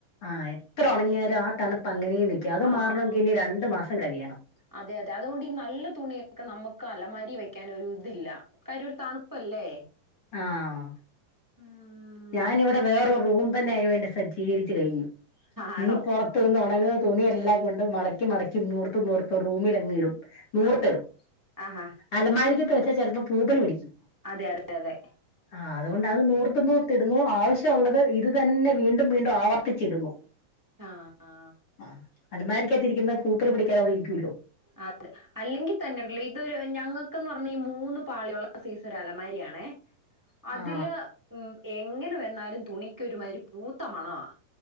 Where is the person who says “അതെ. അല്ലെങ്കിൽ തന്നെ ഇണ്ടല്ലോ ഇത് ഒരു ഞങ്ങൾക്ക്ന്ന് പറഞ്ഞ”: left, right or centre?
Centre